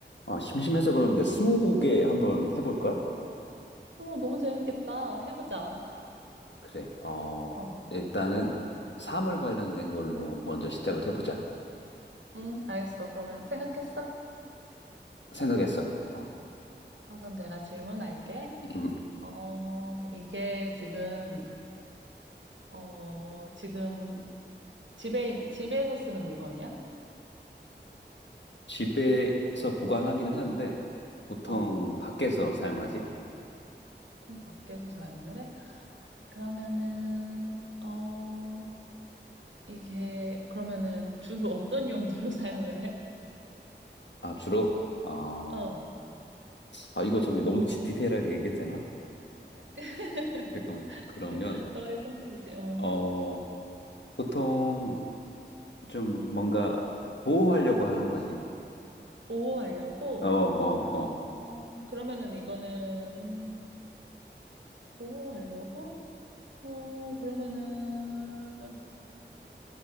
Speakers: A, on the left; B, on the right.
A: 아, 심심해서 그러는데 스무고개 한번 해볼까?
B: 어, 너무 재밌겠다. 해보자.
A: 그래. 어,
B: 어,
A: 일단은 사물 관련된 걸로 먼저 시작을 해보자.
B: 응 알겠어. 그러면 생각했어?
A: 생각했어. 어,
B: 어, 그럼 내가 질문할게.
A: 음,
B: 어, 이게 지금, 어, 지금 집에, 집에서 쓰는 물건이야?
A: 집에서 보관하긴 하는데 보통
B: 어,
A: 밖에서 사용하지?
B: 좀 밖에서 사용을 해? 그러면은, 어, 이게, 그러면은 주로 어떤 용도로 <laughs> 사용을 해?
A: 아, 주로? 어,
B: 어,
A: 아, 이거 정말 너무 디테일하게 얘기해도 되나?
B: <laughs>
A: 잠깐만. 그러면
B: 너의 선택이지. 어,
A: 어, 보통 좀 뭔가 보호하려고 하는 거지.
B: 보호하려고?
A: 어, 어, 어.
B: 어, 그러면은 이거는, 보호하려고? 어, 그러면은,